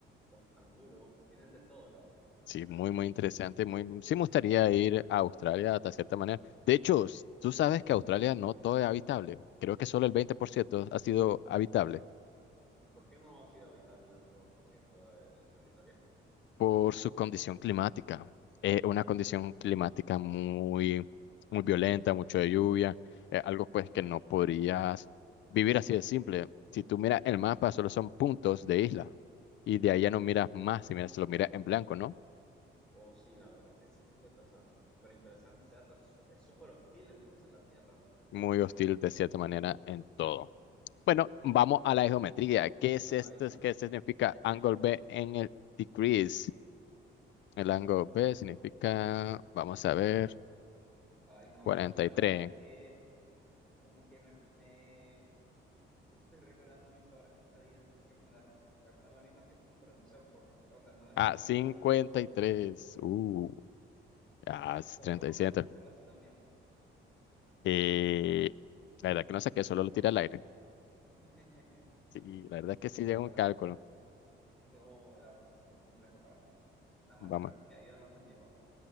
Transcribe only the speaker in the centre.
los canguros, tienen de todo, la verdad.
¿Y por qué no ha sido habitable el otro por ciento de territorio?
O sí, la verdad es que sí, fíjate, o sea, súper interesante ese dato. Es es súper hostil entonces la Tierra.
Ay,
no.
<laughs>
Ay, no,
aquí la
verdad es que como que me, me estoy recordando mis peores pesadillas, no sé qué poner, voy a poner la misma que tú, pero no sé por qué, o sea, no lo entiendo
hasta básicamente.
Pero
¿cómo
sacaste
ese razonamiento?
<laughs>
Uy,
no,
la,
esto la verdad es súper complejo para mí. La matemática
y yo no nos llevamos.